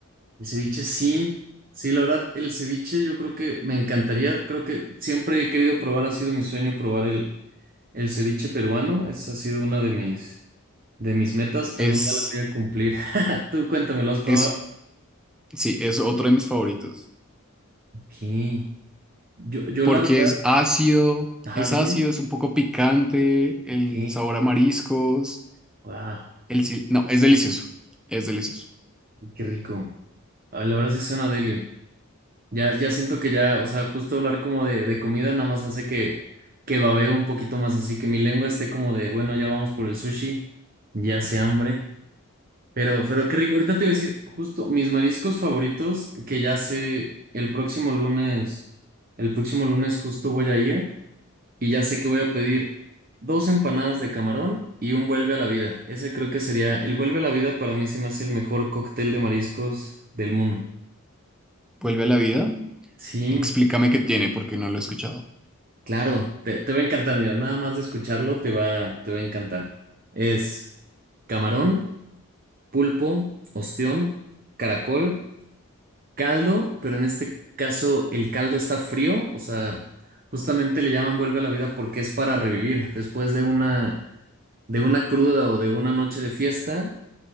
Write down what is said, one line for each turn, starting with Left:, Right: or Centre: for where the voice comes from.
Right: El ceviche sí, sí, la verdad, el ceviche yo creo que me encantaría, creo que siempre he querido probar, ha sido mi sueño probar el, el ceviche peruano, esa ha sido una de mis, de mis metas,
Centre: Es,
Right: algún día la voy a cumplir. <laughs> Tú cuéntame, ¿lo has probado?
Centre: es, sí, es otro de mis favoritos.
Right: Ok, yo, yo
Centre: Porque
Right: la verdad,
Centre: es ácido,
Right: ajá,
Centre: es
Right: dime,
Centre: ácido, es un poco picante, el
Right: ok,
Centre: sabor a mariscos.
Right: wow,
Centre: El sil- no, es delicioso. Es delicioso.
Right: qué rico, Ay, la verdad sí suena deli. Ya, ya siento que ya, o sea, justo hablar como de, de comida nada más hace que, que babeo un poquito más, así que mi lengua esté como de, bueno, ya vamos por el sushi, ya hace hambre. Pero, pero qué rico, ahorita te voy a decir justo mis mariscos favoritos que ya sé el próximo lunes, el próximo lunes justo voy a ir y ya sé que voy a pedir dos empanadas de camarón y un vuelve a la vida. Ese creo que sería, el vuelve a la vida para mí se me hace el mejor cóctel de mariscos del mundo.
Centre: Vuelve a la vida.
Right: Sí.
Centre: Explícame qué tiene, porque no lo he escuchado.
Right: Claro, te, te va a encantar, mira, nada más de escucharlo te va, te va a encantar. Es camarón, pulpo, ostión, caracol, caldo, pero en este caso el caldo está frío, o sea, justamente le llaman vuelve a la vida porque es para revivir. Después de una, de una cruda o de una noche de fiesta,